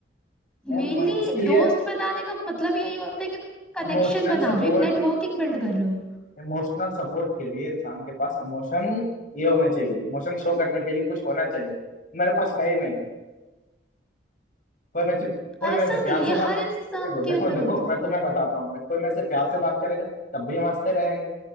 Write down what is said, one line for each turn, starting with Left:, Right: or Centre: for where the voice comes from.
Left: मैं
Centre: मेनली
Left: मैं उसके लिए
Centre: दोस्त बनाने का मतलब यही होता है कि तुम कनेक्शन
Left: इमोशनल
Centre: बना
Left: सपोर्ट
Centre: रहे हो एक नेटवर्किंग बिल्ड कर रहे हो
Left: इमोशनल सपोर्ट के लिए इंसान के पास इमोशन ये होने चाहिए इमोशन शो करने के लिए कुछ होना चाहिए मेरे पास है ही नहीं कोई मेरे से- कोई
Centre: ऐसा
Left: मेरे से प्यार
Centre: नहीं
Left: से
Centre: ये
Left: बात
Centre: हर इंसान
Left: देखो देखो
Centre: के अंदर
Left: देखो
Centre: होते हैं
Left: मैं तुम्हें बताता हूँ मैं कोई मेरे से प्यार से बात करेगा तब भी हम हंसते रहेंगे